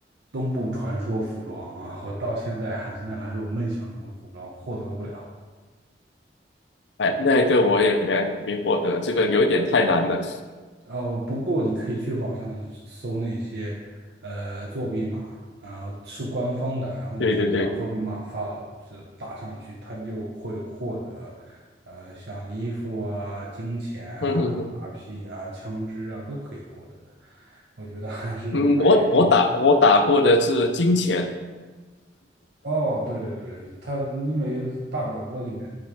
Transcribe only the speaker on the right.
东部传说服装啊！我到现在还是那还是我梦想中的服装，获得不了。
哦，不过你可以去网上搜那些呃作弊码，然后是官方的，然后你直接把作弊码发这打上去，
它就会获得呃像衣服啊、金钱啊、
马匹啊、枪支啊都可以获得的。我觉得还是蛮人性的。
哦，对对对，他因为大表哥里面